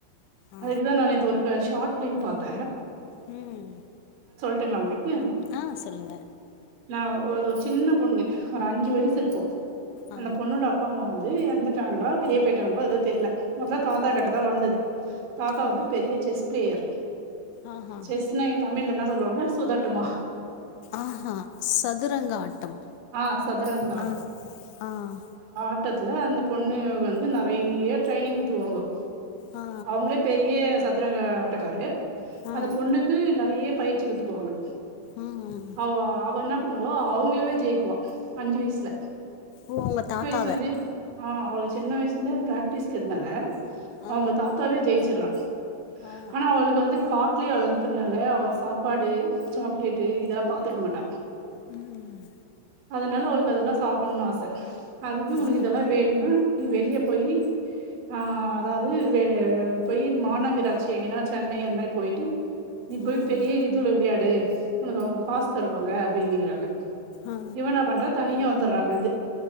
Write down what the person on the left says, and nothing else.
ஆ
ம்
ஆஹ் சொல்லுங்க
ஆ
ம்
ஆ
ஆஹா
ஆஹா சதுரங்க ஆட்டம்
அஹ் ஆஹ்
ஆ
ஆ
ம்
ஓ அவுங்க தாத்தா
ஆ
ஆ
ம் ம்
ம்
ம்
ஆ